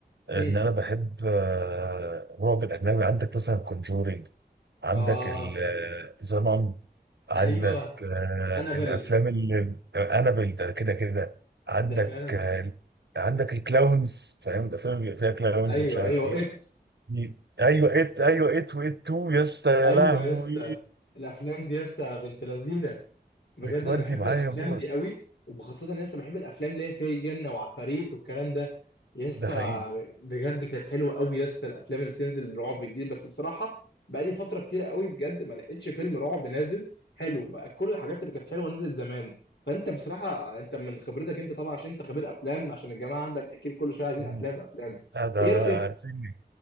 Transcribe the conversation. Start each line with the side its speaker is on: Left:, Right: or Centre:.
Right: آه،
Left: هم.
Right: ان انا بحب آه الرعب الاجنبي عندك مثلا كونجورينج عندك
Left: اه
Right: زنان عندك
Left: ايوه
Right: آه
Left: انابل
Right: الافلام اللي انابل ده كده كده عندك
Left: ده فعلا
Right: آه عندك الكلاونز فاهم الافلام اللي بيبقى فيها كلاونز
Left: ايوه
Right: ومش عارف
Left: ايوه
Right: ايه
Left: إيه؟
Right: دي ايوه ات ايوه ات وات تو يا اسطى يا
Left: ايوه
Right: لهوي
Left: لسه الافلام دي لسه بنت لذينه بجد
Right: بتودي
Left: انا بحب
Right: معايا
Left: الافلام
Right: موت
Left: دي قوي وبخاصه ان لسه بحب الافلام اللي هي فيها جن وعفاريت والكلام ده لسه
Right: ده حقيقي
Left: بجد كانت حلوه قوي لسه الافلام اللي بتنزل رعب جديد بس بصراحه بقى لي فتره كتيره قوي بجد ما لقيتش فيلم رعب نازل حلو بقى كل الحاجات اللي كانت حلوه نزلت زمان فانت بصراحه انت من خبرتك انت طبعا عشان انت خبير افلام عشان الجماعه عندك اكيد كل شويه عايزين
Right: مم.
Left: افلام افلام
Right: آه ده
Left: ايه رايك
Right: عارفيني